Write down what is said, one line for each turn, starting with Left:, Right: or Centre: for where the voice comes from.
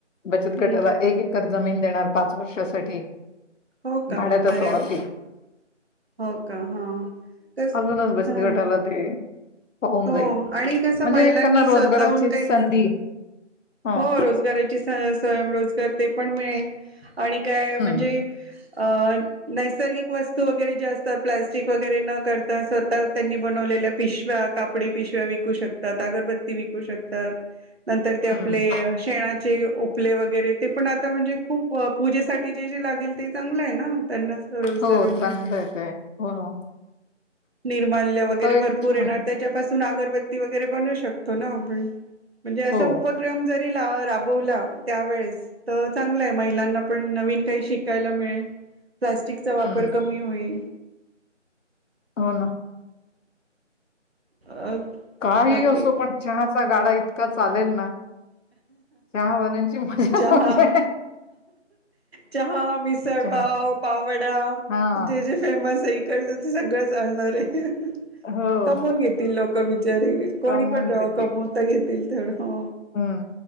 Left: बचत
Right: हम्म
Left: गटाला एककर जमीन देणार पाच वर्षासाठी
Right: हो का
Left: भाड्या तर
Right: अरे
Left: फववरती
Right: वा हो का हा कस
Left: अजूनच बचत
Right: हा
Left: गटाला ते पाहून
Right: हो
Left: जाईल.
Right: आणि कस
Left: म्हणजे
Right: महिलांनी
Left: त्यांना रोजगाराची
Right: स्वतःहून काही
Left: संधी हं,
Right: हो रोजगाराची स्वयंरोज तर ते पण मिळेल. आणि काय म्हणजे
Left: हं,
Right: अ नैसर्गिक वस्तू वगैरे जे असतात प्लॅस्टिक वगैरे न करता स्वतः त्यांनी बनवलेल्या पिशव्या काप- -डी पिशव्या विकू शकतात, अगरबत्ती विकू शकतात. नंतर ते
Left: हं.
Right: आपले शेणाचे आपले वगैरे ते पण आत्ता म्हणजे खूप पूजेसाठी ती जे जी लागेल ते चांगलं आहे ना त्यांना रोजगार
Left: हो
Right: म्हणजे
Left: चांगलं आहेेत आहे हो.
Right: निर्माण वगैरे
Left: तो एक
Right: भरपूर
Left: छान
Right: येणार त्याच्या अगरबत्ती वगैरे बनू शकतो ना आपण म्हणजे असा
Left: हो,
Right: उपक्रम जरी राबवला त्या वळेस तर चांगला आहे महिलांना पण नवीन काही शिकायला मिळेल. प्लास्टिकचा वापर
Left: हं.
Right: कमी होईल.
Left: हो ना.
Right: अ-
Left: काही
Right: बाकी
Left: असो पण चहा- -चा गाडा इतका चालेल ना. चहावाल्यांची मजाच
Right: चहा
Left: म्हणजे
Right: चहा मिसळपाव
Left: चहा
Right: पाववडा
Left: हां.
Right: जे जे फेमस आहे. कडच ते सगळं चालणार आहे.
Left: हो.
Right: कमवून घेतील लोक बिचा- -री कोणी
Left: कमावून
Right: पण
Left: घेतील.
Right: कमवता घेतील. तर हो
Left: हं.